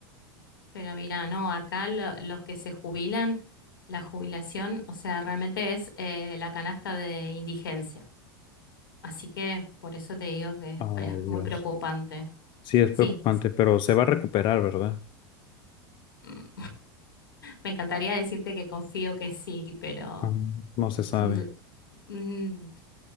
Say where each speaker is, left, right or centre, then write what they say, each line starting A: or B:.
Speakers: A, on the left (about 75°); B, on the left (about 45°).
A: Pero mira, no, acá lo- los que se jubilan, la jubilación, o sea, realmente es eh, la canasta de indigencia. Así que por eso te digo que es,
B: Ay,
A: es muy
B: Dios.
A: preocupante.
B: Sí, es
A: Sí,
B: preocupante,
A: sí.
B: pero se va a recuperar, ¿verdad?
A: Mm, me encantaría decirte que confío que sí, pero
B: Ah, No se sabe.
A: mm, mm,